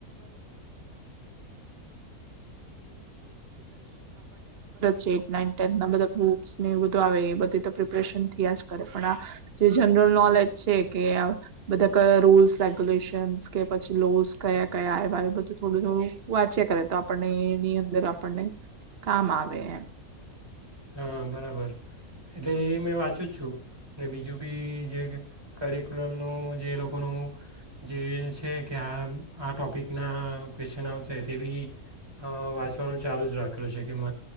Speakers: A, on the right; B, on the right.
A: જ છે. એ ના ટેન્થ ના બધા બુક્સ ને એ બધું આવે એ બધી તો પ્રિપરેશન થયા જ કરે પણઆ જે જનરલ નોલેજ છે. કે બધા કયા રૂલ્સ રેગ્યુલેશન્સ કે પછી લોસ કયા-કયા આવ્યા એ બધું થોડું-થોડું વાંચે કરે તો આપણને એની અંદર આપણને કામ આવે એમ
B: હા બરાબર એટલે એ મેં વાંચું જ છું. ને બીજું બી જે કરિક્યુલમનું જે એ લોકોનું જે છે. કે આ આ ટોપિકના ક્વેશ્ચન આવશે તે બી વાંચવાનું ચાલુ જ રાખેલ છે. કે મ